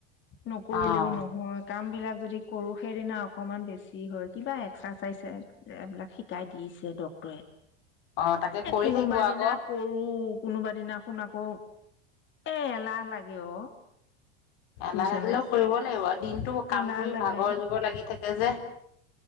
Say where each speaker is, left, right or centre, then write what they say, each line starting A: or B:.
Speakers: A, on the left (about 35°); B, on the left (about 65°).
A: নকৰিলেও
B: অ'
A: নহয়। কাম বিলাক যদি কৰো সেইদিনা অকমান বেছি হয়, কিবা এক্সাৰচাইযে এইবিলাক শিকাই দিছে ডক্তৰে।
B: অ' তাকে
A: এ',
B: কৰি
A: কোনোবা
B: থাকিব
A: দিনা
B: আকৌ।
A: কৰোঁ। কোনোবা দিনাখন আকৌ, এ এলাহ লাগে অ
B: এলাহ
A: বুজিছানে
B: লাগিলেও কৰিব লাগিব আৰু, দিনতটো কাম
A: এলাহ
B: কৰি
A: লাগে
B: ভাগৰ জোগৰ লাগি থাকে। তেজে